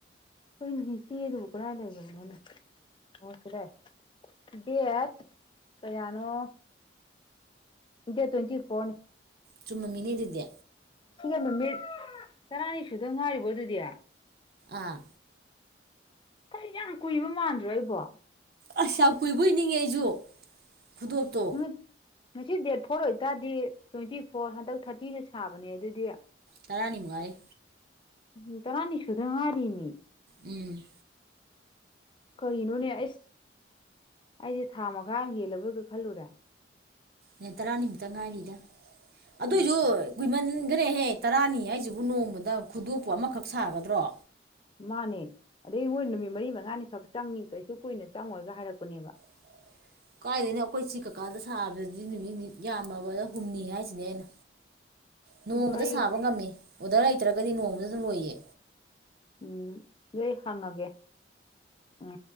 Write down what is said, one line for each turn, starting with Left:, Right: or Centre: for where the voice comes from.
Left: ꯍꯣꯏ ꯁꯤ ꯑꯗꯨꯕꯨ ꯀꯗꯥꯥꯏ ꯂꯩꯕꯅꯣꯅꯦ ꯃꯣꯁꯤꯔꯦ ꯗꯦꯠ ꯀꯌꯥꯅꯣ ꯏꯟꯗꯤꯌꯥ ꯇ꯭ꯋꯦꯟꯇꯤ ꯐꯣꯔ
Right: ꯆꯨꯝꯃ ꯃꯤꯅꯤꯗꯗꯦ
Left: ꯅꯨꯃꯤꯠ ꯇꯔꯥꯅꯤ ꯁꯨꯗ ꯉꯥꯏꯔꯤꯕꯣ ꯑꯗꯨꯗꯤꯌꯥ
Right: ꯑꯥ
Left: ꯀꯔꯤ ꯌꯥꯝ ꯀꯨꯏꯕ ꯃꯥꯟꯗ꯭ꯔꯣ ꯑꯩꯕꯣ
Right: ꯑꯁ ꯌꯥꯝ ꯀꯨꯏꯕ ꯑꯣꯏ ꯅꯤꯡꯉꯦ ꯑꯩꯁꯨ ꯈꯨꯗꯣꯞꯇꯣ
Left: ꯅꯨꯃꯤꯠ ꯉꯁꯤ ꯗꯦꯠ ꯐꯣꯔ ꯑꯣꯏꯇꯥꯔꯗꯤ ꯇ꯭ꯋꯦꯟꯇꯤ ꯐꯣꯔ ꯍꯟꯗꯛ ꯊꯥꯔꯇꯤꯅ ꯁꯥꯕꯅꯦ ꯑꯗꯨꯗꯤ
Right: ꯇꯔꯥꯅꯤ ꯃꯨꯉꯔꯦ
Left: ꯎ ꯇꯔꯥꯅꯤꯁꯨꯨꯗ ꯃꯥꯔꯤꯅꯤ
Right: ꯎꯝ
Left: ꯀꯔꯤꯅꯣꯅꯦ ꯑꯩꯁ ꯑꯩꯁꯦ ꯊꯥ ꯃꯈꯥ ꯑꯃ ꯍꯦꯜꯂꯕꯣꯏꯒ ꯈꯜꯂꯨꯔꯦ
Right: ꯃꯤꯠ ꯇꯔꯥꯅꯤꯃꯨꯛꯇ ꯉꯥꯏꯔꯤꯗ ꯑꯗꯨꯏꯁꯨ
Left: ꯎꯝ
Right: ꯀꯃꯟ ꯆꯟꯈ꯭ꯔꯦꯍꯦ ꯇꯔꯥꯅꯤ ꯍꯥꯏꯁꯤꯕꯨ ꯅꯣꯡꯃꯗ ꯈꯨꯗꯣꯞꯄꯨ ꯑꯃꯈꯛ ꯁꯥꯒꯗ꯭ꯔꯣ
Left: ꯃꯥꯅꯦ ꯑꯗꯩ ꯃꯣꯏ ꯅꯨꯃꯤꯠ ꯃꯔꯤ ꯃꯉꯥꯅꯤ ꯈꯛ ꯆꯪꯅꯤ ꯀꯩꯁꯨ ꯀꯨꯏꯅ ꯆꯪꯉꯣꯏꯒ ꯍꯥꯏꯔꯛꯄꯅꯦꯕ
Right: <unintelligible> ꯀꯥꯏꯗꯣꯏꯅꯣ ꯑꯩꯈꯣꯏ ꯁꯤ ꯀꯀꯥꯗ ꯁꯥꯕꯗꯗꯤ ꯅꯨꯃꯤꯠ ꯌꯥꯝꯃꯕ ꯍꯨꯝꯅꯤ ꯍꯥꯏꯁꯤꯅꯦ ꯑꯩꯅ ꯅꯣꯡꯃꯗ
Left: ꯑꯗꯣ ꯑꯩ
Right: ꯁꯥꯕ ꯉꯝꯃꯤ ꯑꯣꯗꯔ ꯂꯩꯇ꯭ꯔꯒꯗꯤ ꯅꯣꯡꯃꯗ ꯑꯗꯨꯝ ꯂꯣꯏꯌꯦ
Left: ꯎꯝ ꯂꯩꯣꯏ ꯍꯥꯡꯉꯒꯦ ꯑ